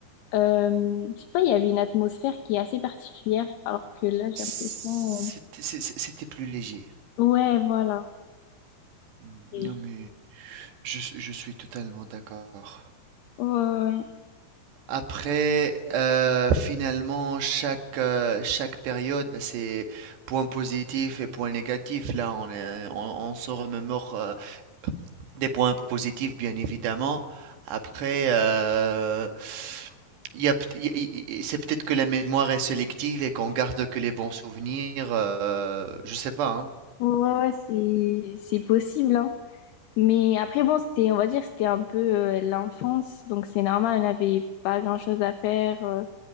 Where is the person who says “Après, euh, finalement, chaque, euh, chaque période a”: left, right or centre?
Right